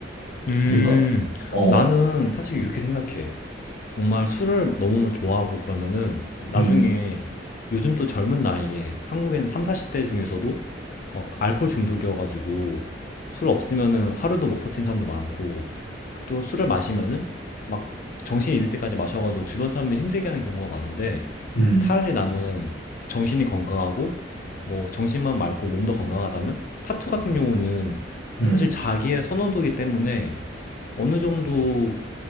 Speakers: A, on the left; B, on the left.
A: 음,
B: 그러니까, 어.
A: 나는 사실 이렇게 생각해. 정말 술을 너무 좋아하고 그러면은 나중에
B: 음.
A: 요즘 또 젊은 나이에 한국에는 3, 40대 중에서도 막 알코올 중독이어가지고 술 없으면은 하루도 못 버틴 사람도 많고 그또 술을 마시면은 막 정신이 잃을 때까지 마셔가지고 주변 사람들 힘들게 하는 경우가 많은데
B: 음,
A: 차라리 나는 정신이 건강하고 뭐 정신만 맑고 몸도 건강하다면 타투 같은 경우는
B: 음,
A: 사실 자기의 선호도이기 때문에 어느 정도